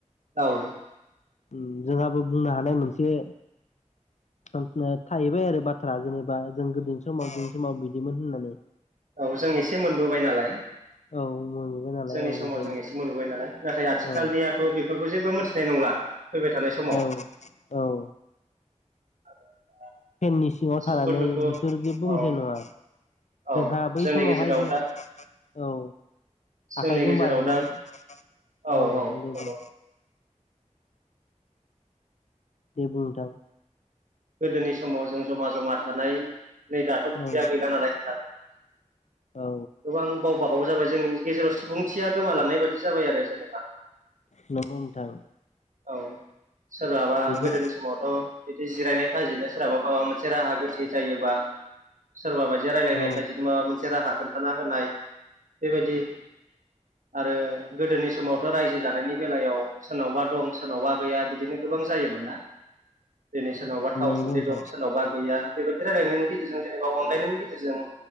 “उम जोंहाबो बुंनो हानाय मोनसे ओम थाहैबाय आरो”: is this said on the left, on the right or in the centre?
Left